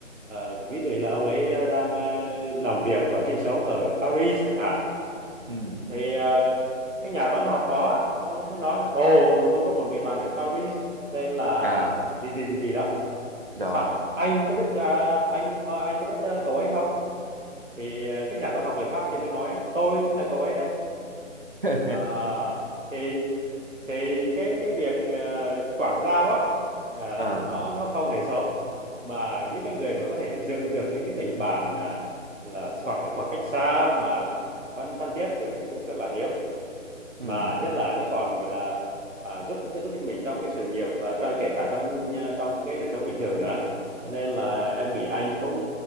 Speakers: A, on the right; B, on the right.
A: ờ, ví dụ như là ông ấy ờ, đang ờ, làm việc và sinh sống ở Paris chẳng hạn
B: Ừ.
A: thì ờ, cái nhà toán học đó ông ấy mới nói là ồ tôi có một người bạn ở Paris tên là
B: à
A: gì gì gì gì đó
B: rồi
A: cái xong anh có biết ờ, anh ờ, anh có biết ờ, cậu ấy không thì ờ, cái nhà toán học người Pháp kia mới nói tôi chính là cậu ấy đây
B: <laughs>
A: à, thì thì cái cái việc ờ, quảng giao á ờ,
B: à
A: nó nó không hề xấu mà những cái người mà có thể dự được những cái tình bạn ờ, là khoảng ở khoảng cách xa mà vẫn thân thiết được thì cũng rất là hiếm
B: ừ.
A: mà nhất là nó còn gọi là à, giúp giúp ích mình trong cái sự nghiệp và trong kể cả trong à, trong cái đời sống bình thường nữa cho nên là em nghĩ anh cũng